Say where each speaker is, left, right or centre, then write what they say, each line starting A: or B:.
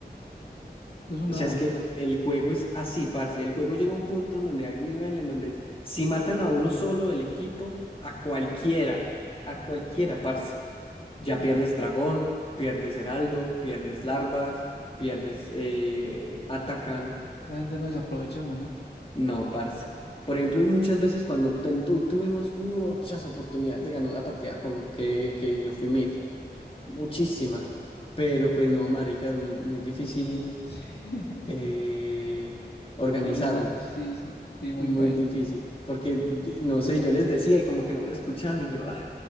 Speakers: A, on the left; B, on the left.
A: Eso es una
B: O sea,
A: vuelta,
B: es que el juego es así, parce. El juego llega a un punto en donde hay un nivel en donde si matan a uno solo del equipo, a cualquiera, a cualquiera, parce. Ya pierdes dragón, pierdes heraldo, pierdes larvas, pierdes eh, atacan.
A: esa gente no desaprovecha una.
B: No, parce. Por ejemplo, y muchas veces cuando ten- tu- tuvimos muchas oportunidades de ganar la partida con que, que yo fui mid, muchísimas. Pero pues no, marica, es muy, muy difícil
A: <laughs>
B: eh, organizarlos.
A: Ordinar, sí, sí, sí, muy
B: Muy
A: paila.
B: difícil, porque di- no sé, yo les decía y como que no me escuchaban y yo, ah,